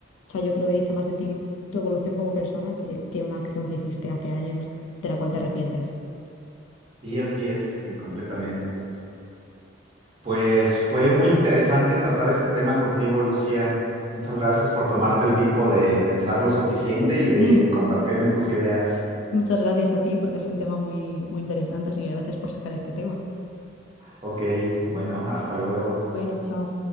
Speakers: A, on the left; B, on the right.
A: o sea, yo creo que dice más de ti tu evolución como persona que, que una acción que hiciste hace años de la cual te arrepientes.
B: Sí, así es, sí, completamente. Pues fue muy interesante tratar este tema contigo, Lucía. Muchas gracias por tomarte el tiempo de pensar lo suficiente y de
A: <laughs>
B: compartirme tus ideas.
A: Muchas gracias a ti porque ha sido un tema muy, muy interesante, así que gracias por sacar este tema.
B: Ok, bueno, hasta luego.
A: Bueno, chao.